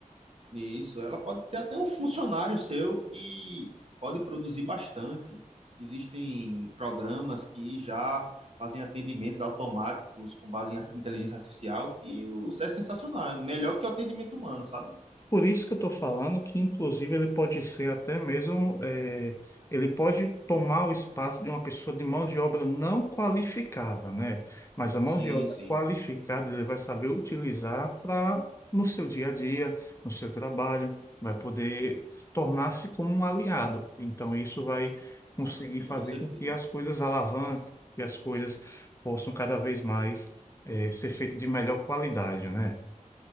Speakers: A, on the right; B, on the left.
A: isso, ela pode ser até um funcionário seu que pode produzir bastante. Existem programas que já fazem atendimentos automáticos com base em ar- inteligência artificial, que o- isso é sensacional, é melhor que o atendimento humano, sabe?
B: Por isso que eu estou falando que, inclusive, ele pode ser até mesmo, eh, ele pode tomar o espaço de uma pessoa de mão de obra não qualificada, né? Mas a mão
A: Sim,
B: de obra
A: sim,
B: qualificada ele vai saber utilizar para no seu dia a dia, no seu trabalho, vai poder se tornar-se como um aliado. Então, isso vai conseguir
A: Ah, com
B: fazer
A: toda certeza.
B: com que as coisas alavanquem, que as coisas possam cada vez mais, eh, ser feitas de melhor qualidade, né?